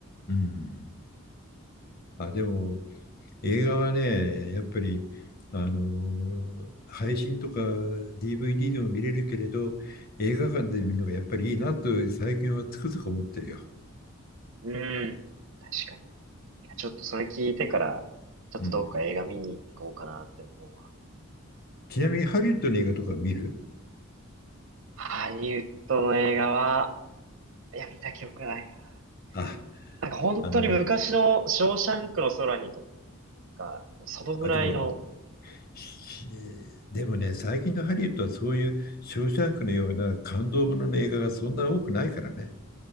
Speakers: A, on the left; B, on the right.
A: うん。あ、でも、映画はね、やっぱり、あのー配信とか DVD でも見れるけれど、映画館で見るのがやっぱりいいなと最近はつくづく思ってるよ。
B: れない。うん。確かに。いや、ちょっとそれ聞いてから、ちょっとどっか映画見に行こうかなって思うわ。
A: うん。ちなみにハリウッドの映画とか見る
B: ハリウッドの映画は、いや、見た記憶ないな。
A: あ、
B: なんか本当に昔のショーシャンクの空にと
A: あの、
B: か、そのぐらいの、
A: あ、でも、しでもね、最近のハリウッドはそういうショーシャンクのような感動ものの映画がそんな多くないからね。